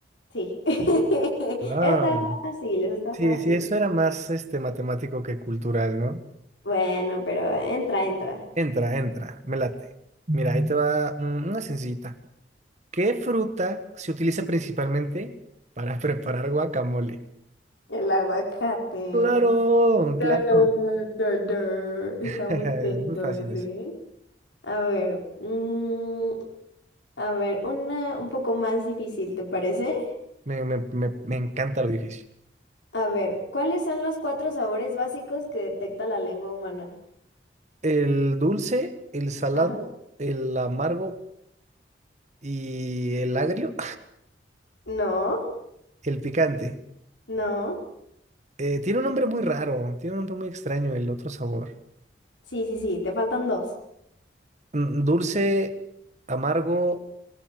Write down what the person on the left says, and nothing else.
Sí. <laughs>
Está fácil, está
fácil.
Bueno, pero entra, entra.
El aguacate.
Dur, dur, dur. Está
muy
tento
ese,
¿eh? A ver, mm, a ver, una un poco más difícil, ¿te parece?
A ver, ¿cuáles son los cuatro sabores básicos que detecta la lengua humana?
Ajá.
No,
no.
Sí, sí, sí, te faltan dos.